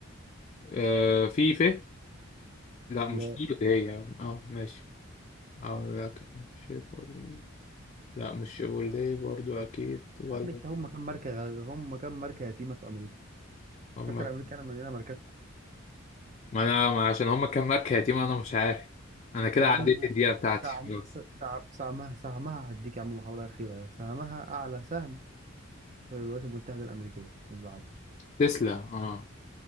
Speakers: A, on the left (about 35°); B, on the right (about 35°).
A: آه في ف لا
B: لا
A: مش في اللي هي اه ماشي هقول لك شيبول لا مش شيبول دي برضو اكيد ولا
B: يا عم انت هم كام ماركه غ- هم كام ماركه يتيمه في امريكا
A: هم
B: فاكر امريكا انا مليانه ماركات
A: ما انا ما عشان هم كام ماركه يا تيمة انا مش عارف انا كده
B: يا عم
A: عديت الدقيقه بتاعتي
B: سعم
A: خلاص
B: سعم سعمها سهمها هديك يا عم محاوله اخيره سهمها اعلى سهم في الولايات المتحده الامريكيه ما تزعلش
A: تسلا اه